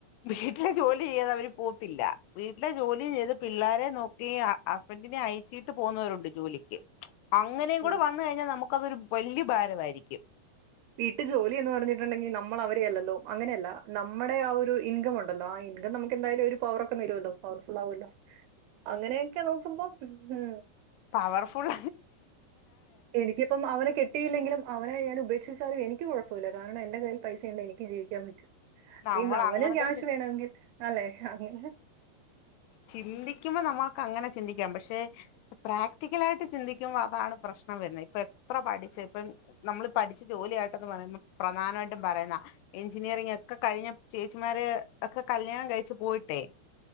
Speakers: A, on the left; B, on the right.
A: വീട്ടിലെ ജോലി ചെയ്ത് അവര് പോത്തില്ല വീട്ടിലെ ജോലിയും ചെയ്ത് പിള്ളോരെ നോക്കി ഹസ്ബൻഡിനെ അയച്ചിട്ട് പോകുന്നവരുണ്ട് ജോലിക്ക് അങ്ങനെയ കൂടെ
B: ഏ
A: വന്നു കഴിഞ്ഞാ നമു ക്ക് അതൊരു വല്യ ഭാരമായിരിക്കും
B: വീട്ടു ജോലി എന്ന് പറഞ്ഞിട്ടുണ്ടെങ്കി നമ്മൾ അവരെ അല്ലല്ലോ അങ്ങനെയ അല്ല നമ്മുടെ ആ ഒരു ഇൻകം ഉണ്ടല്ലോ ആ ഇൻകം നമുക്ക് എന്തായാലും ഒരു പവറ ഒക്കെ തരുമല്ലോ പവർഫുൾ ആല്ലോ അങ്ങനെയൊക്കെ നോക്കുമ്പോ ആഹ
A: പവർഫുൽ
B: എനിക്കിപ്പം അവനെ കെട്ടിയില്ലെങ്കിലും അവൻ ഞാൻ ഉപേക്ഷിച്ചാലും എനിക്ക് കുഴപ്പമില്ല കാരണം എന്റെ കയ്യിൽ പൈസ ഉണ്ട് എനി ജീവിക്കാൻ പറ്റും
A: നമ്മൾ
B: നീ അവന്
A: അങ്ങനൊക്കെ
B: ക്യാഷ് വേണമെങ്കിൽ അല്ലെ അങ്ങന
A: ചിന്തിക്കുമ്പോ നമ്മുക്ക് അങ്ങനെ ചിന്തിക്കാം പക്ഷെ പ്രാക്ടിക്കലായിട്ട് ചിന്തിക്കുമ്പോ അതാണ് പ്രശ്നം വരുന്നത് ഇപ്പൊ എത്ര പഠിച്ച ഇപ്പം നമ്മള് പഠിച്ചു ജോലിയ ആയിട്ടന്ന് പറയമ്പഠ പ്രധാനമായിട്ടും പറയുന്ന എഞ്ചിനീയറിങ് ഒക്കെ കഴിഞ്ഞ ചേച്ചിമാര് ഒക്കെ കല്യാണം കഴിച്ചു പോയിട്ടേ